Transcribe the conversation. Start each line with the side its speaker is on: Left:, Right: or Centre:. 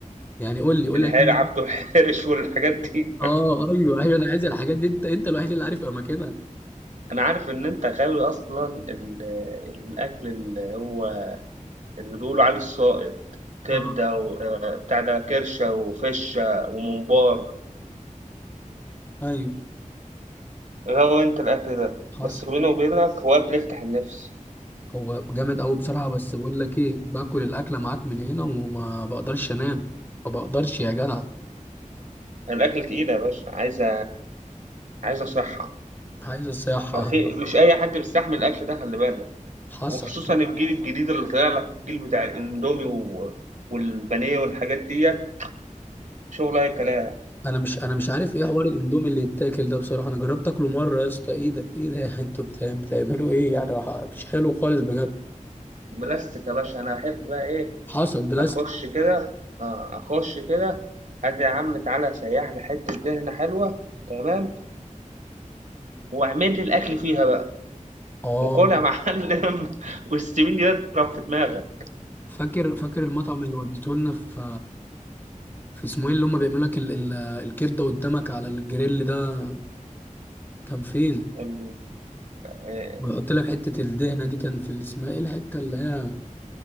Left: يعني قول لي قول
Right: الحيل
Left: لي عشان-
Right: عبده
Left: <laughs>
Right: الحرش <laughs> والحاجات دي
Left: اه ايوه ايوه انا عايز الحاجات دي انت انت الوحيد اللي عارف اماكنها
Right: انا عارف ان انت غاوي اصلا ال- الاكل اللي هو اللي بيقولوا عليه السائط كبده
Left: اه
Right: وبتاع ده كرشه وفشه وممبار
Left: ايوه
Right: غوي أنت الأكل ده،
Left: حصل
Right: بس بيني وبينك هو أكل يفتح النِفس،
Left: هو جامد قوي بصراحة بس بقول لك ايه باكل الاكلة معاك من هنا وما بقدرش انام ما بقدرش يا جدع
Right: يعني الأكل تقيل يا باشا، عايزة عايزة صحة،
Left: عايز الصياحة
Right: ما في مش أي حد بيستحمل الأكل ده خلّي بالك،
Left: حصل
Right: وخصوصًا الجيل الجديد اللي طالع لك الجيل بتاع الإندومي و والبانيه والحاجات ديّة، شغل أي كلام،
Left: انا مش انا مش عارف ايه حوار الاندومي اللي يتاكل ده بصراحة انا جربت اكله مرة يا اسطى ايه ده ايه ده <laughs> انتوا بتعم- بتعملوا ايه يعني ح- مش حلو خالص بجد
Right: بلاستيك يا باشا، أنا أحب بقى إيه،
Left: حصل بلاستيك
Right: أخُش كده آه، أخُش كده هات يا عم تعالَ سيّح لي حتّة دهنة حلوة تمام، واعمل لي الأكل فيها بقى،
Left: اه
Right: وكُل يا معلم <laughs> واستمِنّي اضرب في دماغك.
Left: فاكر فاكر المطعم اللي وديته لنا في في اسمه ايه اللي هم بيعملوا لك ال- ال- الكبدة قدامك على الجريل ده كان فين
Right: ال آه،
Left: ويحط لك حتة الدهنة دي كان في ال- اسمها ايه الحتة اللي هي